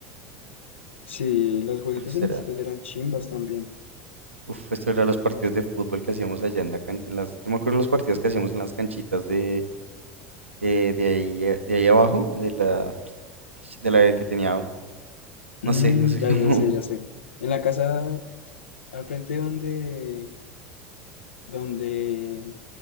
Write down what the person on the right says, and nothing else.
Ah, será.
Uf, esto era los partidos de fútbol que hacíamos allá en la can- las, yo me acuerdo los partidos que hacíamos en las canchitas de, de, de ahí, a- de ahí abajo, de la, <tsk> de la que tenía,
no sé, no sé
cómo
<laughs>